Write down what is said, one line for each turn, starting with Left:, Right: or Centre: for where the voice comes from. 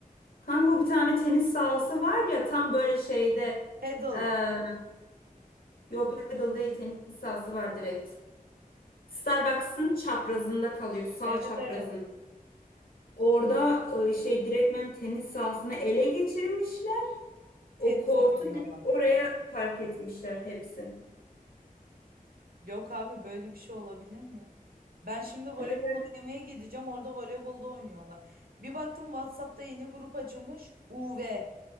Left: Kanka bu bir tane tenis sahası var ya tam böyle şeyde
Right: Pedal.
Left: e, yo pedal değil tenis sahası var direkt. Starbucks'ın çaprazında kalıyor sağ
Right: Evet
Left: çaprazında.
Right: evet.
Left: Orada e, şey direktmen tenis sahasını ele geçirmişler.
Right: Tenis
Left: O kortu
Right: oynuyorlar.
Left: direkt oraya park etmişler hepsi.
Right: Yok abi böyle bir şey olabilir mi? ya? Ben şimdi voleybol
Left: Öyle öyle.
Right: oynamaya gideceğim. Orada voleybolda oynuyorlar. Bir baktım WhatsApp'ta yeni grup açılmış. UV.